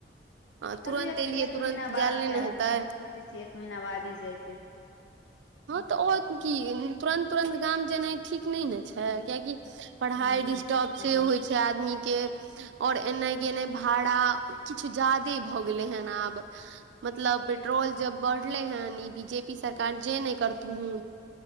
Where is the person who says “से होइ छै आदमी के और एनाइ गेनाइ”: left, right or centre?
Right